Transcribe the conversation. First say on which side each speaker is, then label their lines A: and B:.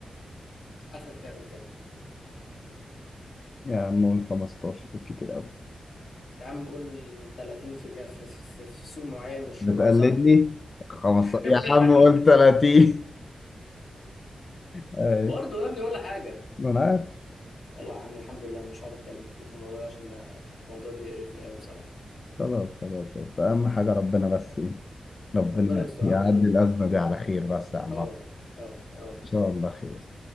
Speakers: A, on the left; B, on the left.
A: اخرك تعمل كام
B: يا عم قول 15 بالكتير قوي
A: يا عم قول 30 في جا في في, في, في سوق معين من الشغل
B: بتقلدني
A: صح
B: 15
A: <laughs>
B: يا عم قول 30 اي
A: برضه يا ابني ولا حاجه
B: ما انا عارف
A: الله يا عم الحمد لله انا مش هقعد اتكلم كتير في الموضوع ده عشان ده الموضوع بيقرفني قوي بصراحه
B: خلاص خلاص بس اهم حاجه ربنا بس ايه ربنا
A: ربنا يستر
B: يعدي
A: على البلد دي
B: الأزمة دي على خير بس يا عم
A: اه
B: عمرو.
A: اه يا رب
B: إن شاء الله خير